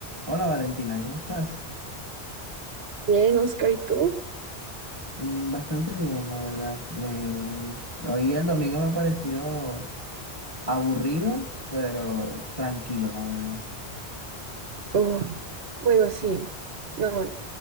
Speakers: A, on the right; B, on the right.
A: Hola Valentina, ¿cómo estás?
B: Bien, Oscar, ¿y tú?
A: Mm, Bastante bien, la verdad. Me... Hoy el domingo me ha parecido aburrido, pero tranquilo, la verdad.
B: Uf, bueno, sí. No,